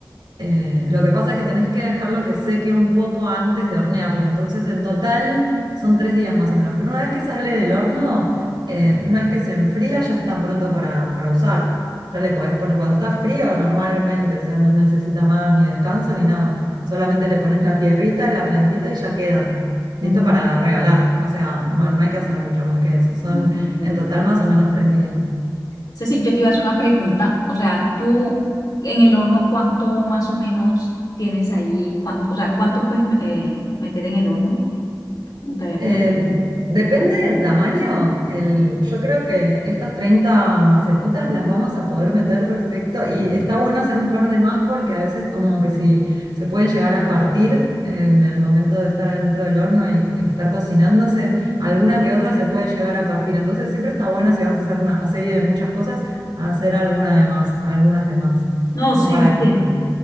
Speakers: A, on the right; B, on the left.
A: Eh, lo que pasa es que tenés que dejarlo que seque un poco antes de hornearlo. Entonces, en total son tres días más o menos. Pero una vez que sale del horno, eh, una vez que se enfría, ya está pronto para, para usar. Ya le podés poner, cuando está frío normalmente, o sea, no necesita más ni descanso ni nada. Solamente le pones la tierrita, la plantita y ya queda. Listo
B: Ujú.
A: para regalar. O sea, no,
B: Ya
A: no
B: la-
A: hay que hacer mucho más que eso. Son
B: Ok, perdón.
A: en total más o menos tres días.
B: Ceci, yo te iba a hacer una pregunta, o sea, tú en el horno, ¿cuánto más o menos tienes ahí? ¿Cuánto, o sea, cuánto puedes me- eh, meter en el horno? Como te había
A: Eh,
B: comentado.
A: depende del tamaño. El, yo creo que estas 30 macetitas las vamos a poder meter perfecto y está bueno hacer un par de más porque a veces como que si se pueden llegar a partir en el momento de estar adentro del horno y, co- y estar cocinándose, alguna que otra se puede llegar a partir. Entonces siempre está bueno si vas a hacer una serie de muchas cosas, hacer alguna de más, algunas de más,
B: No,
A: como
B: sí,
A: para
B: sí,
A: que